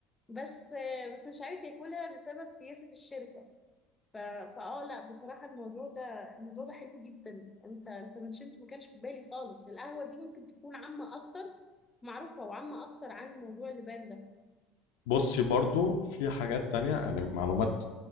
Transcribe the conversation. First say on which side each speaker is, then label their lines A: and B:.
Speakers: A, on the left (about 20°); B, on the left (about 80°).
A: بس بس مش عارف ياكلها بسبب سياسة الشركة ف... فاه لا بصراحة الموضوع ده الموضوع ده حلو جدا انت انت منشنت ما كانش في بالي خالص القهوة دي ممكن تكون عامة اكتر معروفة وعامة اكتر عن موضوع اللبان ده
B: بصي برضو في حاجات تانية يعني معلومات